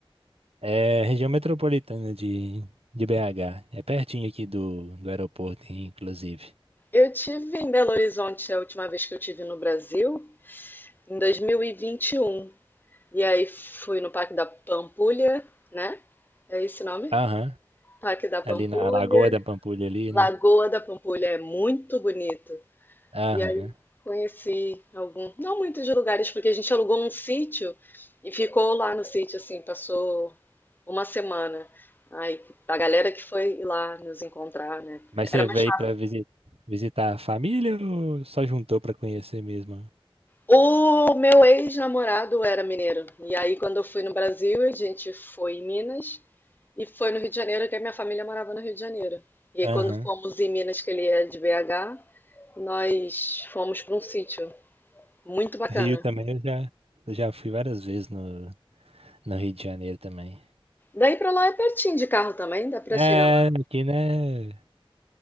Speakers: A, on the right (about 90°); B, on the left (about 20°).
A: É região metropolitana de, de BH. É pertinho aqui do, do aeroporto, inclusive.
B: Eu tive em Belo Horizonte a última vez que eu tive no Brasil, em 2021. E vinte e um. E aí fui no Parque da Pampulha, né? É esse o nome?
A: Aham.
B: Parque da Pampulha.
A: Ali na Lagoa da Pampulha ali,
B: Lagoa
A: né?
B: da Pampulha é muito bonito.
A: Aham.
B: E aí conheci algum, não muitos lugares, porque a gente alugou um sítio e ficou lá no sítio, assim, passou uma semana. Aí a galera que foi lá nos encontrar, né?
A: Mas
B: Era
A: você
B: mais
A: veio
B: fácil.
A: para visitar a família ou só juntou para conhecer mesmo?
B: O meu ex-namorado era mineiro. E aí quando eu fui no Brasil, a gente foi em Minas e foi no Rio de Janeiro, que a minha família morava no Rio de Janeiro. E aí
A: Aham.
B: quando fomos em Minas, que ele é de BH, nós fomos para um sítio Muito bacana.
A: Rio também eu já, eu já fui várias vezes no, no Rio de Janeiro também.
B: Daí pra lá é pertinho de carro também, dá pra
A: É,
B: chegar lá.
A: aqui, né?